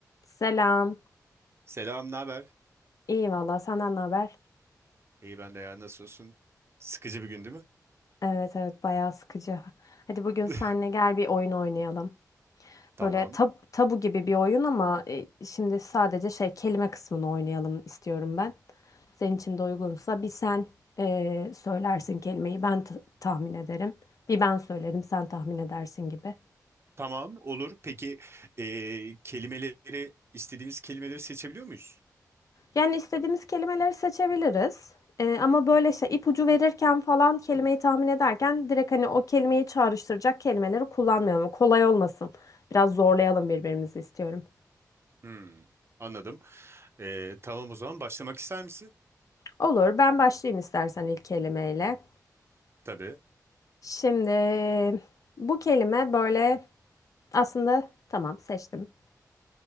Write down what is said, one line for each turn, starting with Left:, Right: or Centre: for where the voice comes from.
Left: Selam.
Right: Selam, ne haber?
Left: İyi valla senden ne haber?
Right: İyi ben de ya, nasılsın? Sıkıcı bir gün değil mi?
Left: Evet evet bayağı sıkıcı. Hadi bugün
Right: <laughs>
Left: seninle gel bir oyun oynayalım.
Right: Tamam.
Left: Böyle tab tabu gibi bir oyun ama e, şimdi sadece şey kelime kısmını oynayalım istiyorum ben. Senin için de uygunsa bir sen e, söylersin kelimeyi ben t- tahmin ederim. Bir ben söylerim sen tahmin edersin gibi.
Right: Tamam, olur. Peki eee, kelimeleri, istediğimiz kelimeleri seçebiliyor muyuz?
Left: Yani istediğimiz kelimeleri seçebiliriz. Ee, ama böyle şey ipucu verirken falan kelimeyi tahmin ederken direkt hani o kelimeyi çağrıştıracak kelimeleri kullanmayalım. Kolay olmasın. Biraz zorlayalım birbirimizi istiyorum.
Right: Hmm, anladım. Eee, tamam o zaman başlamak ister misin?
Left: Olur, ben başlayayım istersen ilk kelimeyle.
Right: Tabii.
Left: Şimdi bu kelime böyle aslında tamam seçtim.